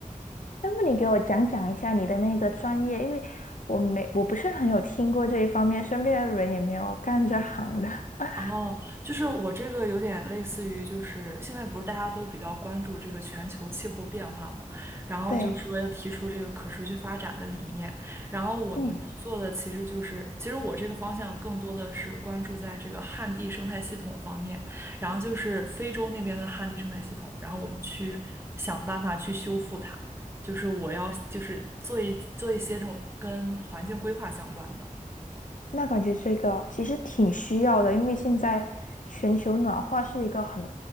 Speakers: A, on the left; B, on the right.
A: 要不你给我讲讲一下你的那个专业，因为我没我不是很有听过这一方面，身边的人也没有干这行的。<laughs>
B: 哦，就是我这个有点类似于，就是现在不是大家都比较关注这个全球气候变化嘛，然后就说要提出这个可持续发展的理念，
A: 对，
B: 然后我们做的其实就是，
A: 嗯，
B: 其实我这个方向更多的是关注在这个旱地生态系统方面，然后就是非洲那边的旱地生态系统，然后我们去想办法去修复它，就是我要就是做一做一些这种跟环境规划相关的，
A: 那感觉这个其实挺需要的，因为现在全球暖化是一个很